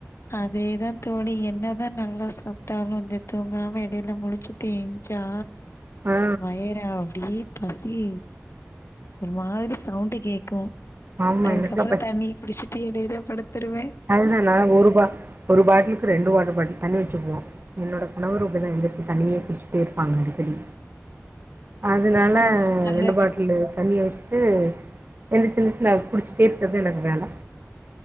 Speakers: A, on the left (about 65°); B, on the right (about 45°).
A: அதேதா தோழி என் னதா நல்லா சாப்ட்டாலு வந்து தூங்காம எடைல முழிச்சிட்டு எந்ச்சா
B: ஆ
A: வயற அப்டியே பசி ஒரு மாதிரி சவுண்டு கேக்கு
B: ஆமா
A: அதுக்கப்பற
B: எனக்குலா
A: தண்ணிய குடிச்சிட்டு எடையில படுத்துருவ
B: அதுல நா ஒரு பா ஒரு பாட்லுக்கு ரெண்டு வாட்டர் பாட்டில் தண்ணி வெச்சுக்குவோ என்னோட கணவரு இப்டிதா எந்திரிச்சு தண்ணியே குடிச்சிட்டே இருப்பாங்க அடிக்கடி அதுனால
A: ஓ நல்லது
B: ரெண்டு பாட்டிலு தண்ணிய வெச்சுட்டு எந்துச்சு எந்துச்சு நா குடிச்சுட்டு இருக்றது எனக்கு வேல